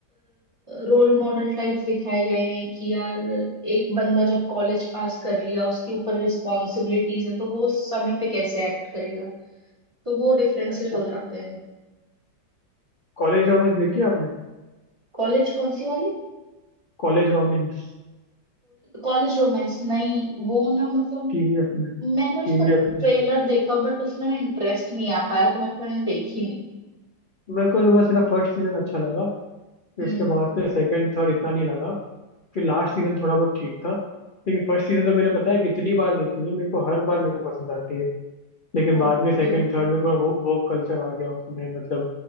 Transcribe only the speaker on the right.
रोल मॉडल टाइप्स दिखाए गए हैं कि यार एक बंदा जब कॉलेज पास कर लिया उसके ऊपर रिस्पॉन्सिबिलिटीज हैं तो वो उस समय पे कैसे एक्ट करेगा तो वो डिफरेंसेस
हो जाते हैं
कॉलेज कौन सी वाली
कॉलेज रोमांस नहीं वो ना मतलब
मैंने उसका
ट्रेलर
देखा बट उसमें ना इंटरेस्ट नहीं आ पाया तो मैंने मैंने देखी नहीं
हम्म
ओके